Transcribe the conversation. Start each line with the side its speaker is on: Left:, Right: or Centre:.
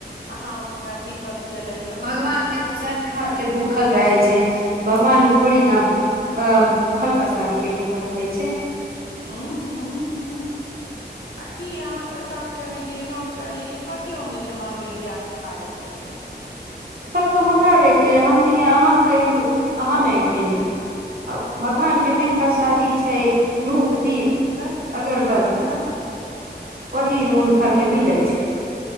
Left: अहाँ हुनका दीप पक जले
Right: भगवान के तो शर्धा के भूखल रहे छै भगवान थोड़ी
Left: हूँ
Right: न अ फल प्रसादी के भूखल रहै
Left: हू हू हू आ की अहाँ प्रसाद चढ़ेलियै हम चढ़ेलियै तऽ कते ओहिमे से महावीर जी आ के खा लै छथिन
Right: त हमरा अरे के हमनी आ आहाँक खलू आ
Left: तब
Right: हमे खैली आ भगवान
Left: तब
Right: के मेन प्रसादी
Left: ओ
Right: छै धूप दीप
Left: तब
Right: अगरबत्ती
Left: तब
Right: ओहि हुनका के मिलै छै